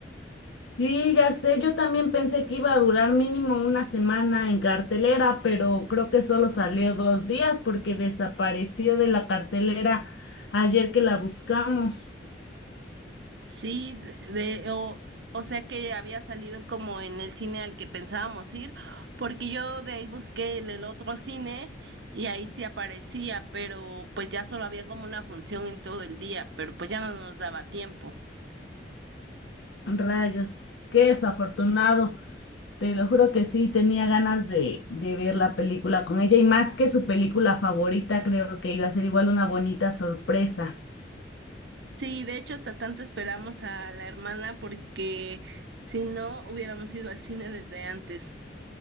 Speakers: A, on the left; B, on the right.
A: Sí, ya sé, yo también pensé que iba a durar mínimo una semana en cartelera, pero creo que solo salió dos días porque desapareció de la cartelera ayer que la buscamos.
B: Sí, de, de- o, o sea que había salido como en el cine al que pensábamos ir, porque yo de ahí busqué el, el otro cine y ahí sí aparecía, pero pues ya solo había como una función en todo el día, pero pues ya no nos daba tiempo.
A: Rayos, qué desafortunado. Te lo juro que sí, tenía ganas de, de ver la película con ella y más que su película favorita, creo que iba a ser igual una bonita sorpresa.
B: Sí, de hecho hasta tanto esperamos a la hermana porque si no hubiéramos ido al cine desde antes.